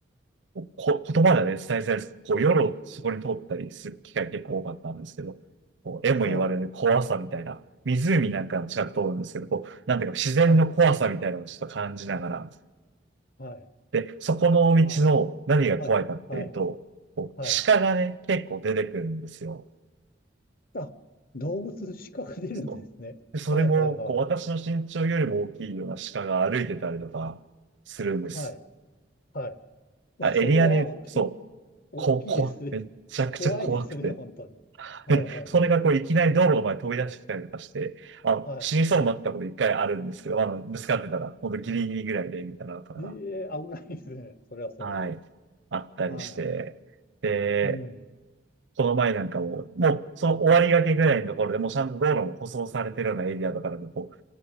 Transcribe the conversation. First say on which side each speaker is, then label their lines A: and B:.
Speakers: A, on the right; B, on the left.
A: こ、言葉ではね、伝えづらいです。こう、夜をそこに通ったりする機会結構多かったんですけど、こう、絵も言われる怖さみたいな、
B: はい。
A: 湖なんかの近く通るんですけど、こう、なんていうか自然の怖さみたいなのをちょっと感じながら、
B: はい。はい。
A: で、そこの道の何が怖いかっていうと、
B: ああ。はい、はい、
A: こう、
B: はい。
A: 鹿がね、結構出てくるんですよ。
B: あ、動物視覚出るんですね。
A: そうで、それも、
B: はい、はい、はい。
A: こう、私の身長よりも大きいような鹿が歩いてたりとかするんです。
B: はい、はい。わそれは、
A: あ、エリアで、
B: <laughs> で、
A: そう、
B: 大きいですね。
A: こ、怖、めちゃくちゃ怖くて。
B: 怖いですね、本当に。
A: <laughs>
B: はい、はい、
A: それがこういきなり道路の前に飛び出してきたりとかして、
B: は
A: あの、
B: い。はい、
A: 死にそうになったこと一回あるんですけど、
B: は
A: まあの、ぶつかってたら、ほんとギリギリぐらいで、みたいなのとかが、
B: い。ええ、危ないですね。それはそれで。
A: はい、あったりして。
B: はい。
A: で、
B: うん。
A: この前なんかも、もう、その終わりがけぐらいのところでもうちゃんと道路も舗装されてるようなエリアとかでも、こう、